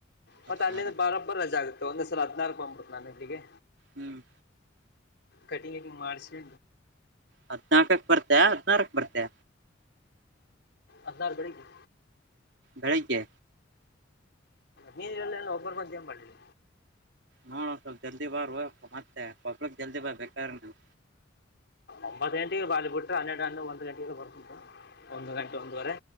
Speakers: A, on the left; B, on the right.
A: ಮತ್ತೆ
B: ಅಷ್ಟ್
A: ಅಲ್ಲಿಂದ
B: ಮಾಡ
A: ಬಾರ ಒ ರಜ ಆಗುತ್ತೆ ಒಂದ್ಸಲ ಹದ್ನಾರುಕ್ ಬಂದ್ಬುಡತು ನಾನ್ ಇಲ್ಲಿಗೆ.
B: ಹ್ಮ್
A: ಕಟಿಂಗ್ ಗಿಟಿಂಗ್ ಮಾಡ್ಸಿ.
B: ಹದನಾಲ್ಕಕ್ ಬರ್ತೆ ಹದ್ನಾರಕ್ ಬರ್ತೆ.
A: ಅದ್ನಾರ್ ಬೆಳಗ್ಗೆ.
B: ಬೆಳಿಗ್ಗೆ
A: ನೀರಿಲ್ಲ ಒಬ್ಬರ ಮಧ್ಯ್ ಮಾಡಿಲ್ಲ.
B: ನೋಡ ಸ್ವಲ್ಪ ಜಲ್ದಿ ಬಾರ ಮತ್ತೆ ಕೊಪ್ಪಳಕ್ ಜಲ್ದಿ ಬಾ ಬೇಕರನ
A: ಒಂಬತ್ತು ಗಂಟೆಗೆ ಬಾಲಿ ಬಿಟ್ರೆ ಹನ್ನೆರಡು ಹನ್ನ ಒಂದು ಗಂಟೆಗೆಲ್ಲ ಬರ್ತು ಒಂದು ಗಂಟೆ ಒಂದುವರೆ.